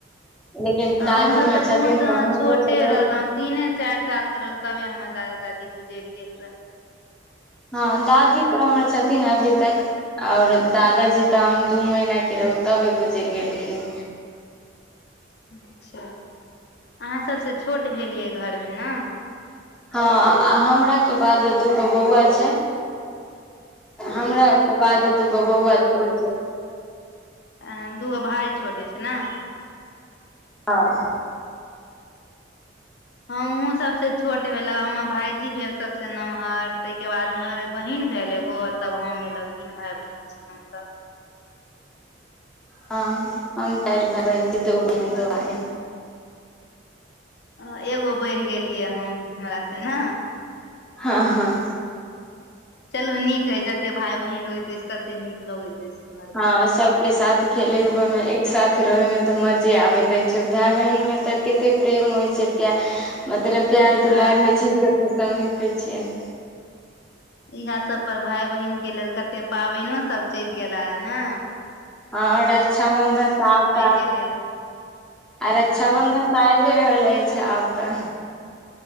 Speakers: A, in the centre; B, on the left.
A: लेकिन दादीमाँ
B: हमसभ तऽ
A: छथिन
B: बहुत
A: तऽ हुनको
B: छोटे
A: जे बहुत
B: रहलहुँ तीने चारि सालके रहल तबे हमर दादा दादी गुजरि गेल रहे
A: हाँ दादी तऽ हमर छथिन अभी तक और दादाजी ते हम दू महीना के रहू तबे गुजरि गेल केओ
B: <inaudible> अच्छा अहाँ सबसे छोट भेलियै घरमे न
A: हाँ आ हमराके बाद दूगो बौआ छै हमराे
B: अच्छा
A: बाद तऽ दुगो बौआ छोट छै
B: आ दूगो भाई छोट अछि नै
A: हाँ
B: हमहुँ सबसे छोट भेला हमर भाईजी भेल सबसे नम्हर तहिके बाद बादमे बहिन भेल एगो तब हम भेलौं तीन भाई बहिन छी हमसब <inaudible>
A: हाँ हम चार भाई बहिन दो बहिन
B: पर
A: दो भाई
B: आ एगो बढ़ि गेलियै हम हमरि से ना
A: हाँ हाँ
B: चलू नीक हय जते भाय बहिन होइत अइछ तते नीक लगैत घरमे
A: हाँ सबके साथ खेले उठे में एक साथ रहे मे तऽ मजा जे आबैत अछि छै भाय बहिनमे तऽ कतेक प्रेम होइ छै कि मतलब प्यार
B: हँ
A: दुलार होइ छैे छियै
B: इएह सब पर भाई बहिन के लेल कते पाबनो सब चल गेला ना
A: हाँ रक्षाबंधन तऽ आब तऽ आब
B: के लेल
A: आ
B: हँ
A: रक्षाबंधन तऽ आब रहल अइत आब तऽ